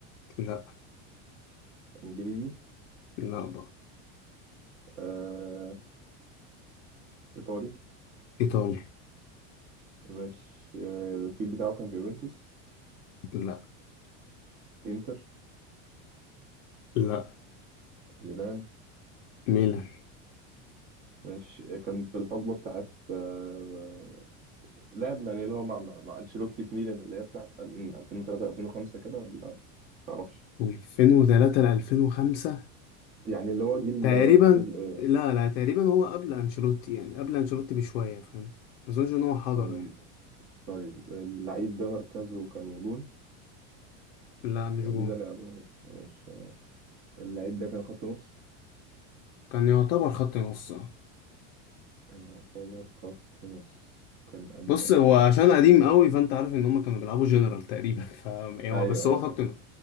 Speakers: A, on the left; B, on the right.
A: لا
B: إنجليزي
A: لا برضه
B: آه، إيطالي
A: ايطالي
B: ماشي آه، البيك بتاعه كان في يوفنتوس
A: لا
B: إنتر
A: لا
B: ميلان
A: ميلان
B: ماشي كان في الحقبة بتاعت آه، لعب يعني اللي هو مع مع مع أنشيلوتي في ميلان اللي هي بتاعت ال- من 2003 2005 كده ولا معرفش
A: 2003 ل 2005
B: يعني اللي هو جيل
A: تقريبا
B: آه، في ال- آه،
A: لا لا تقريبا هو قبل انشيلوتي يعني قبل انشيلوتي بشويه فاهم ما اظنش ان هو حضره
B: طيب
A: يعني
B: طيب اللعيب ده مركزه كان جون
A: لا مش
B: ودي
A: جون
B: ده لعبه بس مش اللعيب ده كان خط نص
A: كان يعتبر خط نص آه.
B: يعتبر خط نص كان قبل
A: بص
B: أنشيلوتي
A: هو عشان قديم قوي فانت عارف ان هم كانوا بيلعبوا جنرال تقريبا <laughs> ف يعني هو
B: أيوه
A: بس هو
B: أيوه
A: خط نص